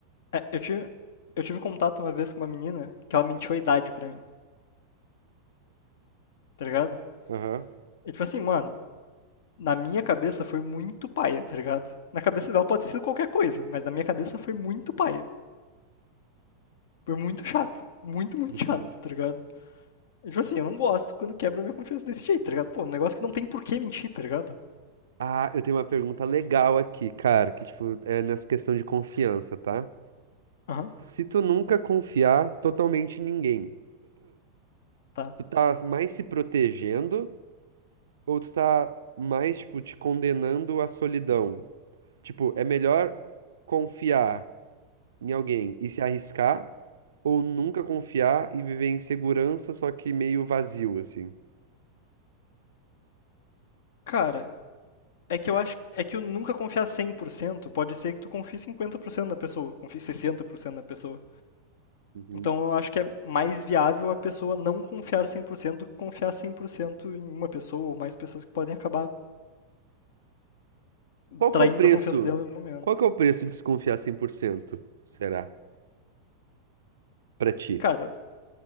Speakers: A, on the left; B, on the right.
A: É, eu tive, eu tive contato uma vez com uma menina que ela mentiu a idade pra mim, tá ligado?
B: Aham.
A: E tipo assim, mano, na minha cabeça foi muito paia, tá ligado? Na cabeça dela pode ter sido qualquer coisa, mas na minha cabeça foi muito paia. Foi muito chato. Muito, muito
B: Uhum.
A: chato, tá ligado? E, tipo assim, eu não gosto quando quebra minha confiança desse jeito, tá ligado? Pô, um negócio que não tem por que mentir, tá ligado?
B: Ah, eu tenho uma pergunta legal aqui, cara, que, tipo, é nessa questão de confiança, tá?
A: Aham,
B: Se tu nunca confiar totalmente em ninguém,
A: tá.
B: tu tá mais se protegendo ou tu tá mais, tipo, te condenando à solidão? Tipo, é melhor confiar em alguém e se arriscar, ou nunca confiar e viver em segurança, só que meio vazio, assim.
A: Cara, é que eu acho. É que eu nunca confiar 100% pode ser que tu confie 50% na pessoa, confie 60% na pessoa.
B: Uhum.
A: Então eu acho que é mais viável a pessoa não confiar 100% do que confiar 100% em uma pessoa ou mais pessoas que podem acabar
B: Qual
A: traindo
B: que é o preço?
A: a confiança dela em algum momento.
B: Qual que é o preço de desconfiar 100%? será, pra ti?
A: Cara,